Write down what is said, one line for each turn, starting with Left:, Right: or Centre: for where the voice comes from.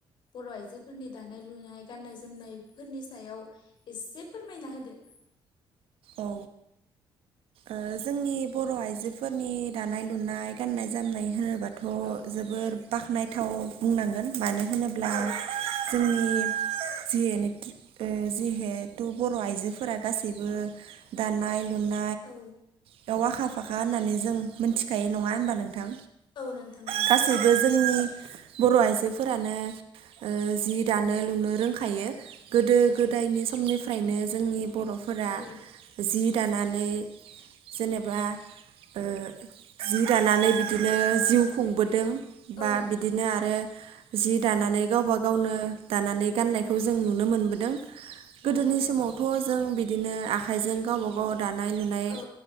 Left: बर आइजोफोरनि दानाय लुनाय नाय गाननाय जोमनाय फोरनि सायाव एसे फोरमायना होदो <inaudible>
Right: औ ओ जोंनि बर आइजोफोरनि दानाय लुनाय गान्नाय जोमनाय हो बाथ
Left: औ
Right: जोबोर बाख्नायथाव बुंनांगोन मानो होनोब्ला
Left: औ
Right: जों नि जिहेनेखि ओ जिहेथु बर आइजोफोरा गासिबो दानाय लुना
Left: औ
Right: बेयाव आखा फाखा होननानै जों मिथिखायो नङा होनबा नों थां
Left: औ नोंथां नंगौ
Right: गासैबो जोंनि बर आइजोफोरानो ओ जि दानो
Left: औ
Right: लुनो रोंखायो गोदो
Left: औ
Right: गोदायनि समनिफ्रायनो जोंनि बरफोरा
Left: औ
Right: जि दानानै जेनेबा ओ जि दानानै बिदिनो जिउ खुंबोदों बा
Left: औ नोंथां
Right: बिदिनो आरो जि दानानै गावबा गावनो दानानै गाननायखौ
Left: औ
Right: जों नुनो मोनबोदों गोदोनि
Left: औ औ नोंथां
Right: समावथ जों बिदिनो आखा आखाइजों गावबा गाव दानाय लुनाय
Left: औ